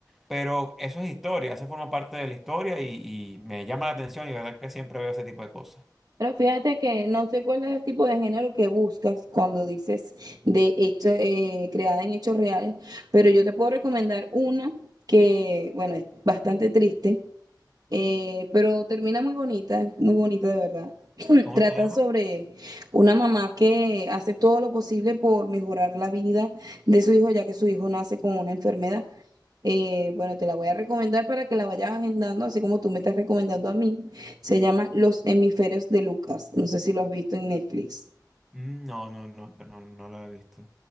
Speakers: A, in the centre; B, on the right.
A: pero eso es historia, eso forma parte de la historia y, y me llama la atención y la verdad que siempre veo ese tipo de cosas.
B: Pero fíjate que no sé cuál es el tipo de género que buscas cuando dices de hecho, eh, creada en hechos reales, pero yo te puedo recomendar una que, bueno, es bastante triste, eh, pero termina muy bonita, muy bonita de verdad. <clears throat>
A: ¿Cómo
B: Trata
A: se llama?
B: sobre una mamá que hace todo lo posible por mejorar la vida de su hijo, ya que su hijo nace con una enfermedad. Eh, bueno, te la voy a recomendar para que la vayas agendando, así como tú me estás recomendando a mí. Se llama Los hemisferios de Lucas. No sé si lo has visto en Netflix.
A: Mm, No, no, no, no, no lo he visto.